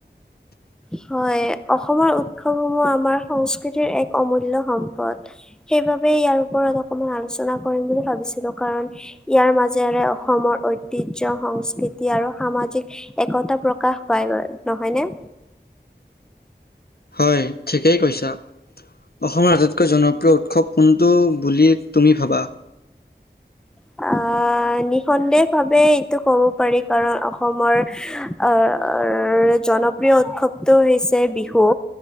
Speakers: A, in the centre; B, on the left.
A: হয় অসমৰ উৎসৱসমূহ আমাৰ সংস্কৃতিৰ এক অমূল্য সম্পদ সেইবাবে ইয়াৰ ওপৰত অকমান আলোচনা কৰিম বুলি ভাবিছিলো কাৰণ ইয়াৰ মাজেৰে অসমৰ ঐতিহ্য সংস্কৃতি আৰু সামাজিক একতা প্ৰকাশ পায় বাৰু নহয়নে
B: হয় ঠিকেই কৈছা অসমৰ আটাইতকৈ জনপ্ৰিয় উৎসৱ কোনটো বুলি তুমি ভাবা
A: অ নিঃসন্দেহ ভাৱে এইটো ক'ব পাৰি কাৰণ অসমৰ আহ জনপ্ৰিয় উৎসৱটো হৈছে বিহু